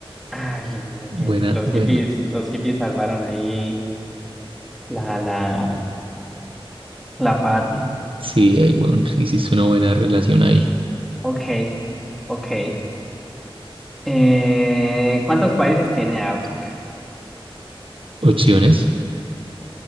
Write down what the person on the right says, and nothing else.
Buena,
buena.
Sí, ahí, bueno, hiciste una buena relación ahí.
Opciones.